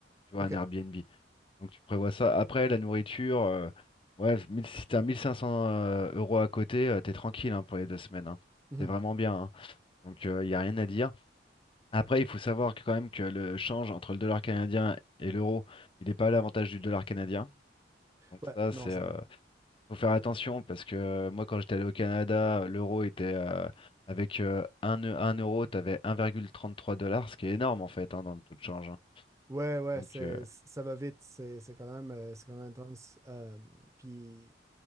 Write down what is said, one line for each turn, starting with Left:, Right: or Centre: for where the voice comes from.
Left: Tu vois,
Right: ok.
Left: un Airbnb. Donc tu prévois ça. Après, la nourriture, euh, ouais, 1000 si t'as 1500 euh, euros à côté, euh, t'es tranquille hein, pour les deux semaines. hein.
Right: Mhm.
Left: C'est vraiment bien. hein. Donc il n'y a rien à dire. Après, il faut savoir que, quand même que le change entre le dollar canadien et l'euro, il n'est pas à l'avantage du dollar canadien. Donc
Right: Ouais,
Left: ça,
Right: non,
Left: c'est
Right: ça
Left: euh,
Right: t'a.
Left: faut faire attention parce que euh, moi, quand j'étais allé au Canada, l'euro était euh, avec euh, 1, eu- 1 euro, t'avais 1,33 dollars, ce qui est énorme en fait hein, dans le taux de change. hein.
Right: Ouais, ouais,
Left: Donc,
Right: c'est,
Left: euh,
Right: ça va vite. C'est c'est quand même, euh, c'est quand même intense. Euh, puis,